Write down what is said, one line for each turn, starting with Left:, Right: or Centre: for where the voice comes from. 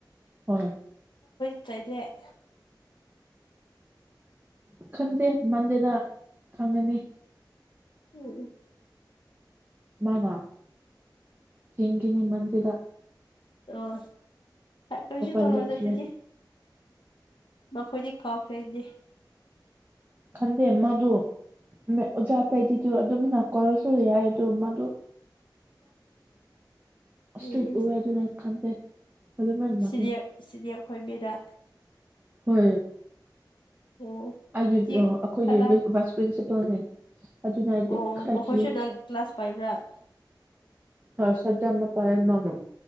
Right: ꯍ
Left: ꯆꯠꯇꯗꯦ
Right: ꯈꯟꯗꯦ ꯃꯟꯗꯦꯗ ꯈꯪꯉꯅꯤ
Left: ꯎꯝ
Right: ꯃꯥꯅꯥ ꯍꯤꯅꯤꯃꯗꯗ
Left: ꯑꯣ ꯐ ꯀꯔꯤꯁꯨ
Right: ꯎꯄꯥꯏ
Left: ꯇꯋꯥ
Right: ꯂꯩꯇ꯭ꯔꯦ
Left: ꯆꯦꯗꯤ ꯃꯈꯣꯏꯗꯤ ꯀꯥꯎ ꯐꯦꯗꯤꯦ
Right: ꯈꯟꯗꯦ ꯃꯥꯗꯨ ꯑꯣꯖꯥ ꯑꯇꯩꯗꯤꯗꯨ ꯑꯗꯨꯝꯅ ꯀꯧꯔꯁꯨ ꯌꯥꯏ ꯑꯗꯨ ꯃꯥꯗꯨ ꯁꯇ꯭ꯔꯤ
Left: ꯎꯝ
Right: ꯎꯕꯦ ꯑꯗꯨꯅꯥꯛ ꯈꯥꯟꯗ ꯑꯗꯨꯗ ꯐꯂ
Left: ꯁꯤꯅꯤꯌꯔ ꯁꯤꯅꯤꯌꯔ ꯈꯣꯏ ꯃꯤꯔꯥ
Right: ꯍꯣꯏ
Left: ꯑꯣ
Right: ꯑꯩꯒꯤ
Left: ꯑꯗꯨꯗꯤ
Right: ꯑꯩꯈꯣꯏꯒꯤ
Left: ꯈꯔ
Right: ꯚꯥꯏꯁ ꯄ꯭ꯔꯤꯟꯁꯤꯄꯥꯜꯅꯦ ꯑꯗꯨꯅꯗꯤ
Left: ꯑꯣ
Right: ꯈꯔ
Left: ꯃꯈꯣꯏꯁꯨꯗ
Right: ꯀꯌꯦ
Left: ꯀ꯭ꯂꯥꯁ ꯄꯥꯏꯕ꯭ꯔꯥ
Right: ꯍ ꯁꯖ ꯐ ꯅꯅꯣ